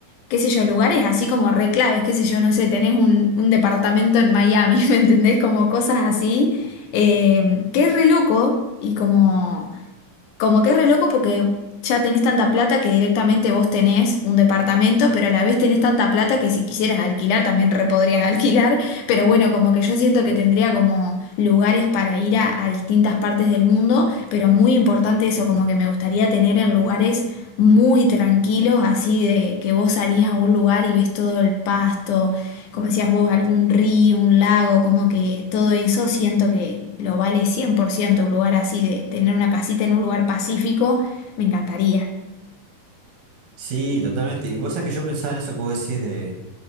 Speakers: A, on the left; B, on the right.
A: qué sé yo, lugares así como re claves, qué sé yo, no sé, tenés un, un departamento en Miami, <laughs> ¿me entendés? Como cosas así, eh, que es re loco y como... Como que es re loco porque ya tenés tanta plata que directamente vos tenés un departamento, pero a la vez tenés tanta plata que si quisieras alquilar también re podrías <laughs> alquilar. Pero bueno, como que yo siento que tendría como lugares para ir a, a distintas partes del mundo, pero muy importante eso, como que me gustaría tener en lugares muy tranquilos, así de que vos salís a un lugar y ves todo el pasto, como decías vos, algún río, un lago, como que todo eso siento que lo vale 100% un lugar así de tener una casita en un lugar pacífico, me encantaría.
B: Sí, totalmente. Y vos sabés que yo pensaba en eso que vos decís de,